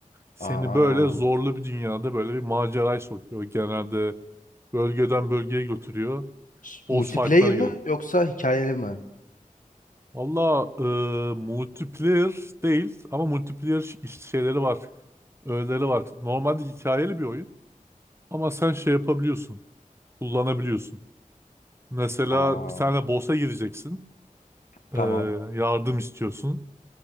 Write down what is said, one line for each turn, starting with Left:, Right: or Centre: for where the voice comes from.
Right: Seni
Left: Aa.
Right: böyle zorlu bir dünyada böyle bir maceraya sokuyor. Genelde bölgeden bölgeye götürüyor.
Left: Ş-
Right: Boss
Left: Multiplayer
Right: fight'lara
Left: mi
Right: giriyor.
Left: yoksa hikayeli mi?
Right: Valla e, multiplayer değil ama multiplayer ş- iş- şeyleri var. Öğeleri var. Normalde hikayeli bir oyun ama sen şey yapabiliyorsun. Kullanabiliyorsun. Mesela
Left: Aa.
Right: bir tane boss'a gireceksin.
Left: Tamam.
Right: e, yardım istiyorsun.